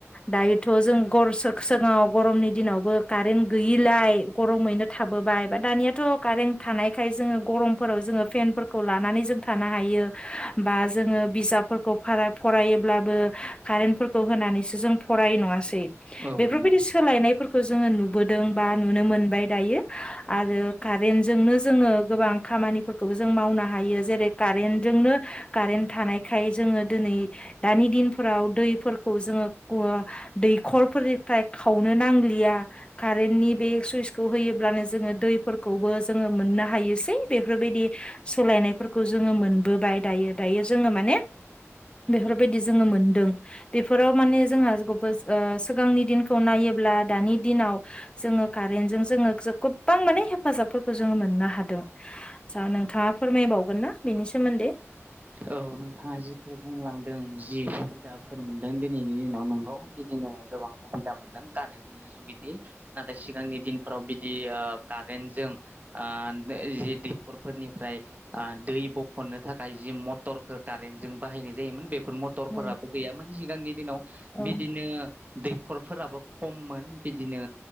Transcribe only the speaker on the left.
दायोथ थ' जों गर सख सिगाङाव गरमनि दिनावबो कारेन्ट गैयिलाय गरमैनो थाबोबाय बा दा दानियाथ कारेन्ट थानायखाय जोङो गरमफोराव जोङो फेनफोरखौ लानानै जों थानो हायो बा जोङो बिजाबफोरखौ बारा फरायोब्लाबो कारेन्टफोरखौ होनानैसो जों फरायो नङासै
बेफोरबायदि सोलायनायफोरखौ जोङो नु बोदों बा नुनो मोनबाय दायो‌ आरो कारेन्ट जोंनो जोङो गोबां खामानि फोरखौ जों मावनो हायो जेरै कारेनजोंनो कारेन थानायखाय जोङो दिनै दानि दिनफोराव दैफोरखौ जोङो ओ दैखरफोरनिफ्राय खावनो नांलिया कारेन्नि बे सुइसखौ होयोब्लानो जोङो दैफोर खौबो जोङो मोननो हायोसै बेफोरबायदि सोलायनायफोरखौ जोङो मोनबोबाय दायो दायो जोङो माने बेफोरबायदि जोङो मोनदों बेफोराव माने जोंहा जबो ओ सिगांनि दिनखौ नायोब ब्ला दानि दिनाव जोङो कारेन्ट जों जोङो गोबां माने हेफाजाबफोरखौ जोङो मोननो हादों आसा नोंथाङा फोरमायबावगोन ना बेनि सोमोन्दै
औ
औ